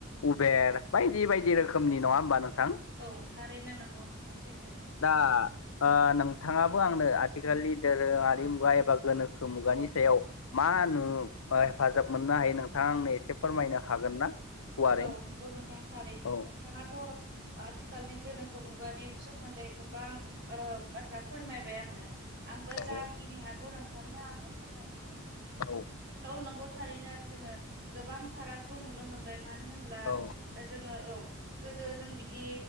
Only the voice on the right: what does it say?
औ थारैनो नोंगौ नोंथां सैथो।
औ नंगौ नोंथां थारैनो
नोंथाङाथ' आथिखालनि गोनोखो मुगानि सोमोन्दै गोबां ओ बाथ्रा फोरमायबाय आंनो। आंबो
जाखिनि हागौ नोंथांनो आङो फोरमायनोसै।
औ नंगौ थारैनो जोङो गोबां फारागखौ नुनो मोनबाय मानो होनबा होनब्ला
जोङो औ गोदो जों बिदि